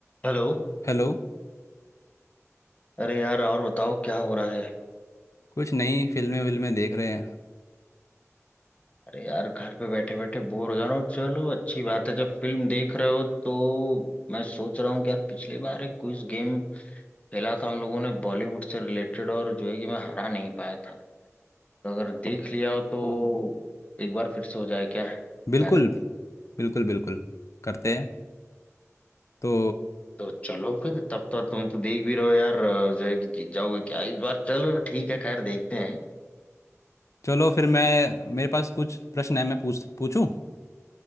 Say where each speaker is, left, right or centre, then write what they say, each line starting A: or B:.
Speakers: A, on the left; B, on the left.
A: Hello
B: हेलो
A: अरे यार और बताओ क्या हो रहा है
B: कुछ नई फिल्में विल्में देख रहे हैं
A: अरे यार घर पे बैठे बैठे बोर हो जा रहा हूँ चलो अच्छी बात है जब फिल्म देख रहे हो तो मैं सोच रहा हूँ कि यार पिछले बार एक क्विज गेम खेला था हम लोगों ने बॉलीवुड से रिलेटेड और जो है कि मैं हरा नहीं पाया था तो अगर देख लिया हो तो एक बार फिर से हो जाए क्या
B: <laughs> बिल्कुल
A: क्या कहते हो
B: बिल्कुल बिल्कुल करते हैं तो
A: तो चलो फिर तब तक तुम तो देख भी रहो यार अ, जो है कि जीत जाओगे क्या इस बार चलो ठीक है खैर देखते हैं
B: चलो फिर मैं मेरे पास कुछ प्रश्न है मैं पूछ पूछूं